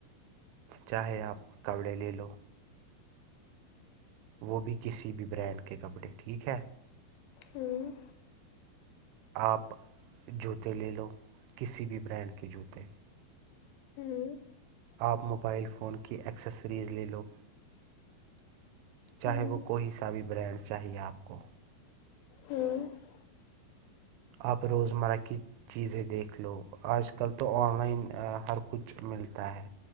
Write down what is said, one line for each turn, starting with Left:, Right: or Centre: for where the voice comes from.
Right: چاہے آپ کپڑے لے لو وہ بھی کسی بھی برانڈ کے کپڑے ٹھیک ہے
Left: ہوں
Right: آپ جوتے لے لو کسی بھی برانڈ کے جوتے
Left: ہوں
Right: آپ موبائل فون کی ایکسیسریز لے لو چاہے
Left: ہوں
Right: وہ کوئی سا بھی برانڈ چاہئے آپ کو
Left: ہوں
Right: آپ روزمرہ کی چیزیں دیکھ لو آج کل تو آن لائن ہر کچھ ملتا ہے